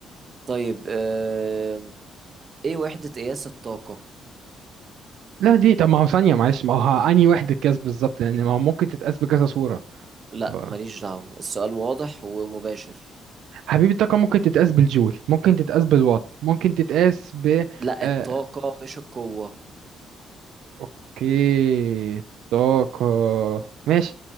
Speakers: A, on the right; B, on the right.
A: طيب آم، إيه وحدة قياس الطاقة؟
B: لا دي طب ما هو ثانية معلش ما هو أنهي وحدة قياس بالظبط لأن ما هو ممكن تتقاس بكذا صورة
A: لا
B: آه.
A: ماليش دعوة السؤال واضح ومباشر
B: حبيبي الطاقة ممكن تتقاس بالجول ممكن تتقاس بالوات ممكن تتقاس ب
A: لا
B: آه...
A: الطاقة مش القوة
B: أوكي طاقة ماشي